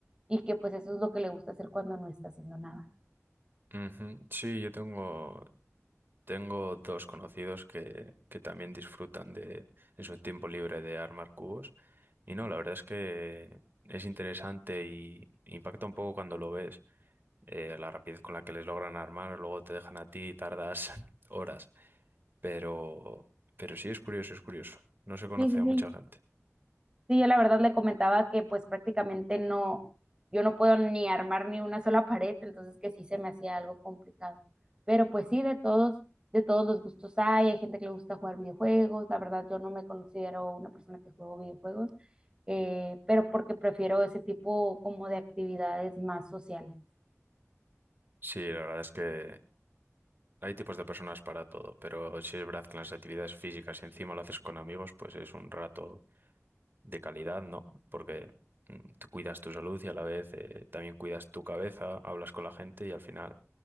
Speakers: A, on the right; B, on the right.
A: y que pues eso es lo que le gusta hacer cuando no está haciendo nada.
B: ujú. Sí, yo tengo, tengo dos conocidos que, que también disfrutan de, en su tiempo libre de armar cubos. Y no, la verdad es que es interesante y impacta un poco cuando lo ves. Eh, la rapidez con la que les logran armar, luego te dejan a ti y tardas <laughs> horas. Pero, pero sí es curioso, es curioso. No se conoce
A: Sí, sí,
B: a
A: sí,
B: mucha gente.
A: Sí, yo la verdad le comentaba que pues prácticamente no, yo no puedo ni armar ni una sola <laughs> pared, entonces que sí se me hacía algo complicado. Pero pues sí, de todos, de todos los gustos hay, hay gente que le gusta jugar videojuegos, la verdad yo no me considero una persona que juego videojuegos, eh, pero porque prefiero ese tipo como de actividades más sociales.
B: Sí, la verdad es que Hay tipos de personas para todo, pero si es verdad que las actividades físicas y encima lo haces con amigos, pues es un rato de calidad, ¿no? Porque mm, tú cuidas tu salud y a la vez eh, también cuidas tu cabeza, hablas con la gente y al final